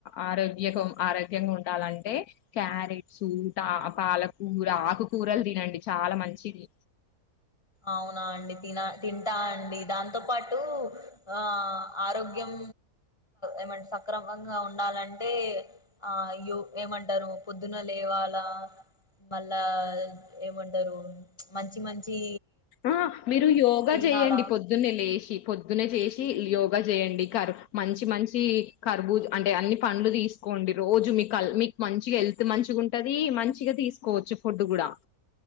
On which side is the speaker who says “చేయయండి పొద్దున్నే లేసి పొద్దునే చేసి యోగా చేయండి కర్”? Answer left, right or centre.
Left